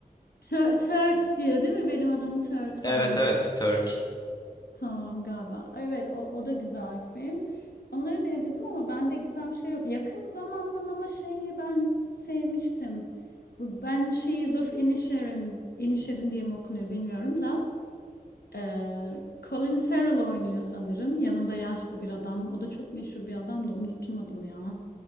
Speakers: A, on the left; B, on the left.
A: Tur- Turk diyor değil mi? Benim adım Turk
B: <laughs>
A: falan.
B: Evet evet Turk.
A: Tamam galiba. Evet o, o da güzel film. Onları da izledim ama bende gizem şey yok. Yakın zamandan ama şeyi ben sevmiştim. Bu Banshees of Inisherin. Inisherin diye mi okunuyor bilmiyorum da. Ee, Colin Farrell oynuyor sanırım. Yanında yaşlı bir adam. O da çok meşhur bir adam da unuttum adını ya.